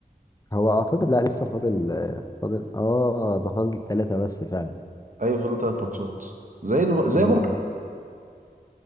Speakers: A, on the left (about 20°); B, on the right (about 55°).
A: هو اعتقد لا لسه فاضل آه، فاضل اه ده فاضل ثلاثه بس فعلا
B: ايوه فاضل تلات ماتشات زي الب... زي
A: مم.
B: بره